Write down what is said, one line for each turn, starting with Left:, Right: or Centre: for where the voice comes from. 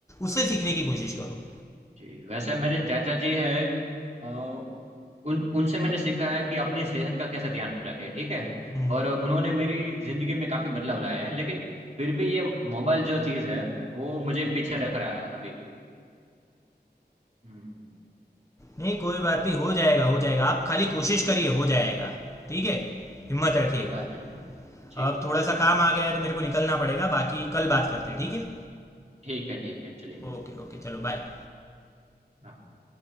Left: उससे सीखने की कोशिश करो
Right: जी वैसे मेरे चाचा जी है उन उनसे मैंने सीखा है कि अपनी सेहत का कैसे ध्यान रखें ठीक है
Left: हम्म,
Right: और उन्होंने मेरी जिंदगी में काफी बदलाव लाए हैं लेकिन फिर भी ये मोबाइल जो चीज है वो मुझे पीछे रख रहा है अभी हम्म
Left: नहीं कोई बात नहीं हो जाएगा हो जाएगा आप खाली कोशिश करिए हो जाएगा ठीक है हिम्मत रखिएगा
Right: कोई बात नहीं जी
Left: अब थोड़ा सा काम आ गया है तो मेरे को निकलना पड़ेगा बाकी कल बात करते हैं ठीक है
Right: ठीक है ठीक है चलिए
Left: ओके ओके चलो बाय
Right: हाँ।